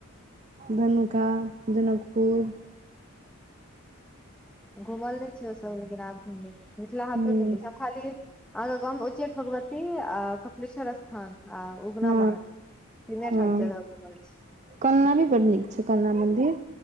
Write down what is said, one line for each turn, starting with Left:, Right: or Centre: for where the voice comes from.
Right: धनुका जनकपुर
Centre: घुमल नहि छीय ओसभ लेकिन आब घुम ले मिथिला हाथो
Right: हूँ
Centre: नहि गेल छी हम खाली अहाँके गाँवमे उच्चैठ भगवती की कपिलेश्वर स्थान आ उगना
Right: हँ
Centre: महादेव
Right: हँ
Centre: घुमलहुँ?
Right: कलना भी बड नीक छै कलना मन्दिर